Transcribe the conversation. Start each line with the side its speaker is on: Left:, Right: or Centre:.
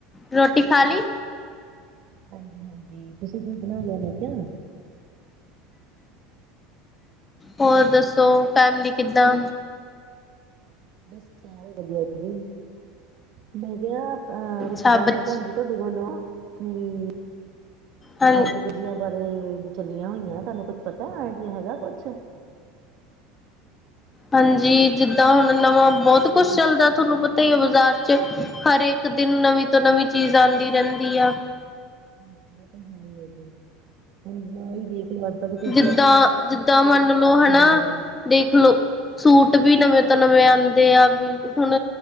Left: ਰੋਟੀ ਖਾ ਲੀ?
Right: ਹਾਂਜੀ-ਹਾਂਜੀ, ਤੁਸੀਂ ਕੀ ਬਣਾ ਲਿਆ ਮੈਂ ਕਿਹਾ?
Left: ਹੋਰ ਦੱਸੋ ਫੈਮਲੀ ਕਿੱਦਾਂ?
Right: ਬਸ ਸਾਰੇ ਵਧੀਆ ਜੀ, ਮੈਂ ਕਿਹਾ ਅ
Left: ਅੱਛਾ
Right: ਪੁੱਛਦਾ
Left: ਬੱਚ
Right: ਸੀ ਭੈਣ ਜੀ ਤੁਹਾਡੇ ਕੋਲੋਂ ਕੀ
Left: ਹਾਂ
Right: ਅੱਜ ਬਾਰੇ ਚੱਲੀਆਂ ਹੋਈਆਂ, ਤੁਹਾਨੂੰ ਕੁੱਛ ਪਤਾ ਆਈਡੀਆ ਹੈਗਾ ਕੁਛ।
Left: ਹਾਂਜੀ, ਜਿੱਦਾਂ ਹੁਣ ਨਵਾਂ ਬਹੁਤ ਕੁਛ ਚੱਲਦਾ ਤੁਹਾਨੂੰ ਪਤਾ ਹੀ ਹੈ ਬਾਜ਼ਾਰ ਚ ਹਰੇਕ ਦਿਨ ਨਵੀਂ ਤੋਂ ਨਵੀਂ ਚੀਜ਼ ਆਂਦੀ ਰਹਿੰਦੀ ਆ।
Right: <unintelligible> ਦੇਖ ਲੱਗਦਾ ਤੇ ਕੁ
Left: ਜਿੱਦਾਂ, ਜਿੱਦਾਂ ਮੰਨ ਲੋ ਹਨਾ
Right: ਵਾਲੇ
Left: ਦੇਖਲੋ ਸੂਟ ਵੀ ਨਵੇਂ ਤੋਂ ਨਵੇਂ ਆਉਂਦੇ ਆ ਵੀ ਹੁਣ